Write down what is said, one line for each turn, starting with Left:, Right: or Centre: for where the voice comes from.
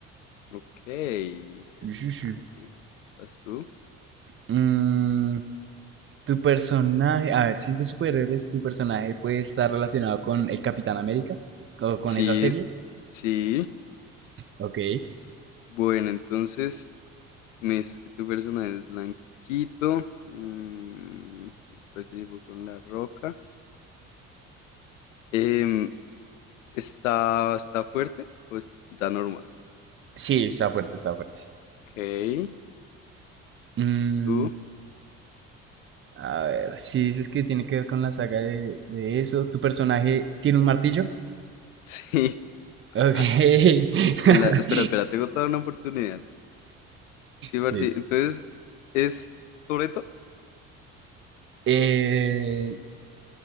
Left: Ok, interesante.
Right: Sí, sí, sí.
Left: ¿Vas tú?
Right: Mm, tu personaje, a ver, si es de superhéroes, tu personaje puede estar relacionado con el Capitán América o con
Left: Sí,
Right: esa serie.
Left: es- sí.
Right: Ok.
Left: Bueno, entonces Me dices que tu personaje es blanquito. mm, y participó con la roca. Em, ¿está, está fuerte o está normal?
Right: Sí, está fuerte, está fuerte.
Left: Ok, estás
Right: Mm,
Left: tú. <laughs>
Right: a ver, si dices que tiene que ver con la saga de, de eso, ¿tu personaje tiene un martillo?
Left: Sí. Ah,
Right: Ok. <laughs>
Left: en la- espera, espera, tengo toda una oportunidad. Sí, Barcy,
Right: Sí.
Left: entonces, ¿es Toreto?
Right: Eh,